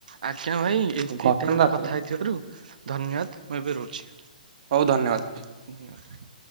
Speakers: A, on the right (about 70°); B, on the right (about 55°).
A: ଆଜ୍ଞା ଭାଇ ଏତିକି
B: ଘଟଣା
A: ଟାଇମ୍
B: ରାତିର
A: କଥା ହେଇଥିବାରୁ ଧନ୍ୟବାଦ୍ ମୁଁ ଏବେ ରୋଉଛି।
B: ହୋଉ ଧନ୍ୟବାଦ୍।
A: ଧନ୍ୟବାଦ୍।